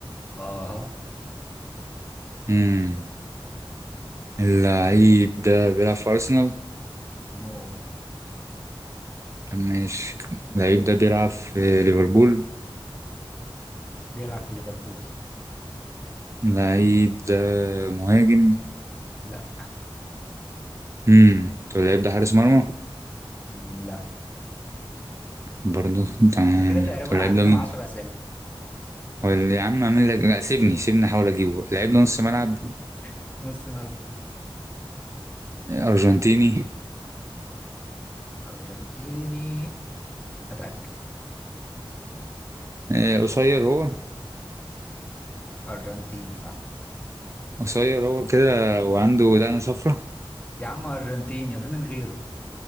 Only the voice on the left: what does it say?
اه
نو
بيلعب في ليفربول
لا
لا
احنا كده تقريبا
عدينا
من 10 اسئله
<laughs> نص ملعب
ارجنتيني اتاكد
ارجنتيني صح
يا عم ارجنتيني وفي من غيره